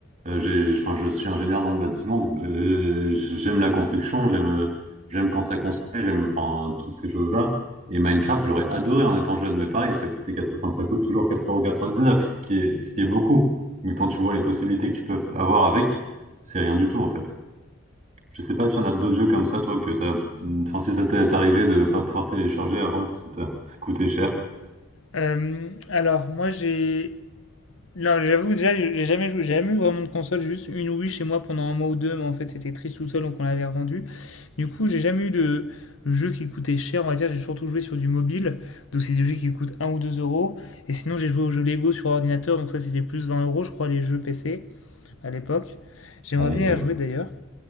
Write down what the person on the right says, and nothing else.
euh, euh, j'ai- j'ai- enfin, je suis ingénieur dans le bâtiment, donc j'ai- j'ai- j'aime la construction, j'aime, euh, j'aime quand ça construit, j'aime, enfin, toutes ces choses-là. Et Minecraft, j'aurais adoré en étant jeune, mais pareil, ça coûtait 4. enfin, ça coûte toujours 4,99€, ce qui est, ce qui est beaucoup. Mais quand tu vois les possibilités que tu peux avoir avec, c'est rien du tout, en fait. Je sais pas si on a d'autres jeux comme ça, toi, que t'as, enfin, si ça t'est arrivé de pas pouvoir télécharger avant parce que t'as- ça coûtait cher.
à l'époque.